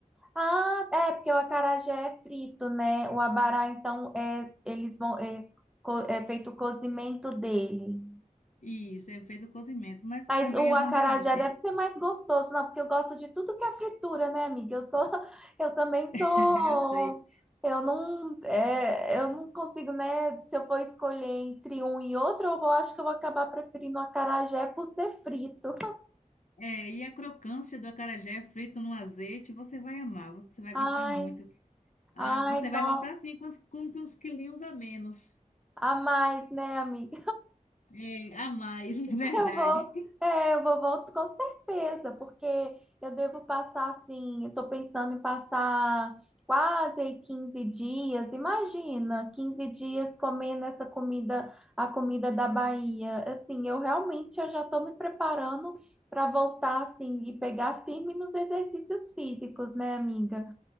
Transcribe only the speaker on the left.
Isso, é feito cozimento, mas
também
é uma
delícia.
<laughs> Eu sei.
É, e a crocância do acarajé frito no azeite, você vai amar, você vai
gostar muito. Ah,
você vai
voltar assim com, os- com os quilinhos a menos.
É, a mais, <laughs> é verdade.